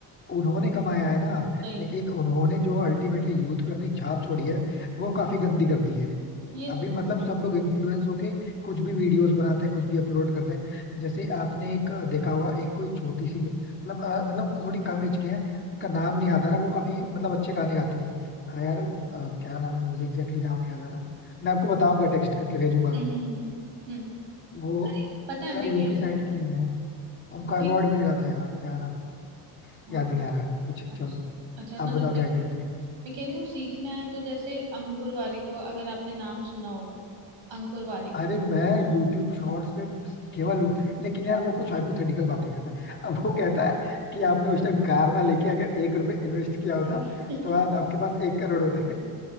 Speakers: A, on the left; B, on the right.
A: उन्होंने कमाया है ना
B: वही
A: लेकिन उन्होंने जो अल्टीमेटली यूथ पे अपनी छाप छोड़ी है वो काफी गंदी कर दी है
B: ये
A: अभी
B: तो
A: मतलब सब लोग इन्फ्लुएंस होके कुछ भी वीडियोस बनाते हैं कुछ भी अपलोड करते हैं जैसे आपने एक देखा होगा एक कोई छोटी सी मतलब अ, मतलब थोड़ी कम एज के हैं उनका नाम नहीं याद आ रहा वो काफी मतलब अच्छे गाने गाती है अ, यार अ, क्या नाम है मुझे एग्जैक्टली नाम नहीं याद आ रहा मैं आपको बताऊंगा टेक्स्ट करके भेजूंगा
B: हम्म हम्म हम्म हम्म।
A: वो
B: अरे पता है मैं
A: यार यूपी
B: कह रही
A: साइड की है उनको
B: कोई
A: अवार्ड भी मिला था यार क्या नाम
B: हाँ,
A: याद नहीं आ रहा कुछ
B: अच्छा
A: छोड़ो
B: अच्छा, मतलब
A: आप बताओ
B: कोई
A: क्या कह रहे थे
B: मैं कह रही हूँ सीखना है तो जैसे अंकुर वारिको अगर आपने नाम सुना होगा अंकुर वारिको
A: अरे
B: <laughs>
A: मैं YouTube शॉर्ट्स पे केवल उस- लेकिन यार वो कुछ हाइपोथेटिकल बातें करता है अब वो कहता है कि आपने उस टाइम कार ना लेके अगर एक रुपए इन्वेस्ट किया होता
B: नहीं
A: तो आज आपके पास एक करोड़ होते <laughs>